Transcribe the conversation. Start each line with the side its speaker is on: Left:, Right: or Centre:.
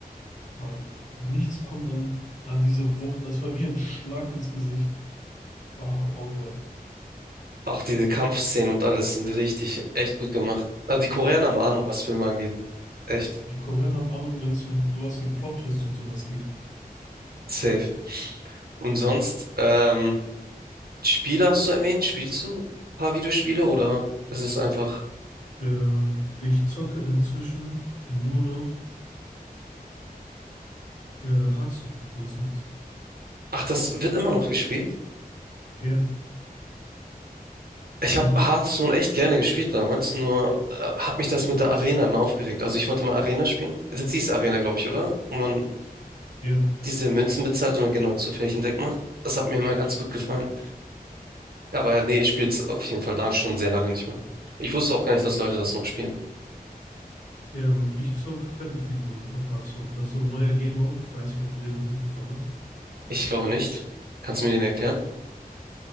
Left: Man, nichts kommt an, an diese Wucht. Das war wie ein Schlag ins Gesicht. Bah, Oldboy.
Right: Auch diese Kampfszenen und alles sind richtig, echt gut gemacht. Also die Koreaner haben
Left: Ja.
Right: Ahnung, was Filme angeht. Echt.
Left: Die Koreaner haben Ahnung, wenn es um sowas wie Plot-Twist und sowas geht.
Right: Safe. Und sonst, ähm, Spiele hast du erwähnt? Spielst du ein paar Videospiele oder ist es einfach...
Left: Äh, ich zocke inzwischen nur noch äh, Hearthstone, sonst nichts.
Right: Ach, das wird immer noch gespielt?
Left: Ja.
Right: Ich habe
Left: Und du?
Right: Hearthstone echt gerne gespielt damals, nur äh, hat mich das mit der Arena immer aufgeregt. Also ich wollte immer Arena spielen. Das hieß Arena, glaube ich, oder? Wo man
Left: Ja.
Right: diese Münzen bezahlt und dann genau zufällig ein Deck macht. Das hat mir immer ganz gut gefallen. Aber ja, nee, ich spiele es auf jeden Fall lang, schon sehr lange nicht mehr. Ich wusste auch gar nicht, dass Leute das noch spielen.
Left: Ähm, ich zock Battlefield nur noch auf Hearthstone. Das ist so ein neuer Game Mode. Ich weiß nicht, ob du den noch mitbekommen hast.
Right: Ich glaube nicht. Kannst du mir den erklären?